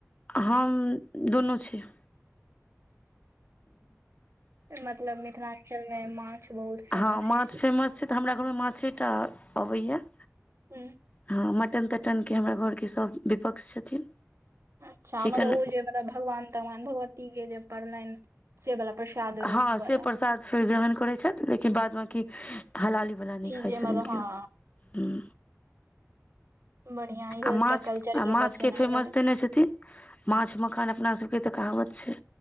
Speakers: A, on the left; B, on the right.
A: हम दुनू छै
B: मतलब मिथिलांचल मे माछ बहुत फेमस
A: हां माछ
B: छै
A: फेमस छै तै हमरा घर मे माछेटा अबै या
B: हूँ।
A: हँ मटन तटन के हमरा घरके सब विपक्ष छथिन
B: अच्छा
A: चिकन
B: मतलब ओ जे मतलब भगवान तगवान भगवती के जे पड़लनि से बला प्रसाद रूप
A: हां
B: वाला
A: से प्रसाद फेर जहण करै छैथ लेकिन बाद बाकी हलालीवला नै
B: ई
A: खाइ
B: जे
A: छथिन
B: मतलब हँ
A: कियो हुं।
B: बढ़िया इहो
A: आ
B: एकटा
A: माछ,
B: कल्चर
A: आ माछ
B: बचेनाइ
A: के फेमस
B: भेलै
A: देने छथिन। माछ मखान अपना सबके तऽ कहाबत छै